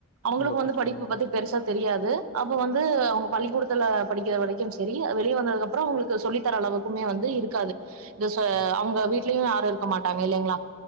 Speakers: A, on the right; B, on the left.
A: அவுங்களுக்கு
B: ரொம்ப
A: வந்து
B: கஷ்டமா
A: படிப்பு
B: இருக்கு.
A: பத்தி பெருசா தெரியாது அ அப்ப வந்து அவுங்க பள்ளிக்கூடத்ல படிக்ற வரைக்கு ட்லயும் சரி வெளிய வந்ததுக்கப்றொ அவுங்களுக்கு சொல்லி தர அளவுக்குமே வந்து இருக்காது த ச
B: ம்
A: அவுங்க வீட் லயு யாரு இருக்க மாட்டாங்க இல்லெங்ளா